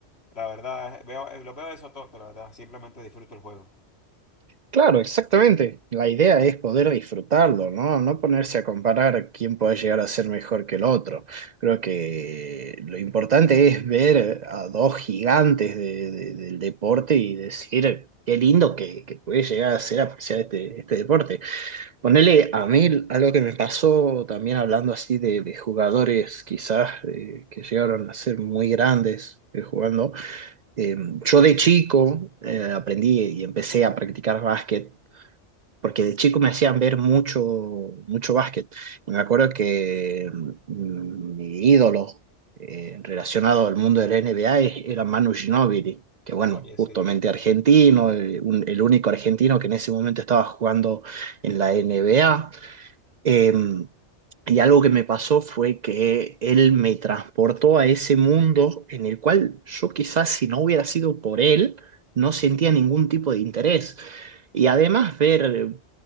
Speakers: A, on the left; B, on the right.
A: la verdad, eh, veo, eh, lo veo eso todo, la verdad, simplemente disfruto el juego.
B: Claro, exactamente. La idea es poder disfrutarlo, ¿no? No ponerse a comparar quién puede llegar a ser mejor que el otro. Creo que lo importante es ver a dos gigantes de- de- del deporte y decir qué lindo que, que puede llegar a ser apreciar este, este deporte. Ponele a mí algo que me pasó también hablando así de, de jugadores quizás eh, que llegaron a ser muy grandes eh, jugando. Eh, yo de chico eh, aprendí y empecé a practicar básquet porque de chico me hacían ver mucho, mucho básquet. Y me acuerdo que mm, mi ídolo eh, relacionado al mundo del NBA es- era Manu Ginóbili, que bueno,
A: Oye,
B: justamente
A: sí,
B: argentino,
A: sí,
B: eh, un- el único argentino que en ese momento estaba jugando en la NBA. Eh, y algo que me pasó fue que él me transportó a ese mundo en el cual yo quizás si no hubiera sido por él, no sentía ningún tipo de interés. Y además ver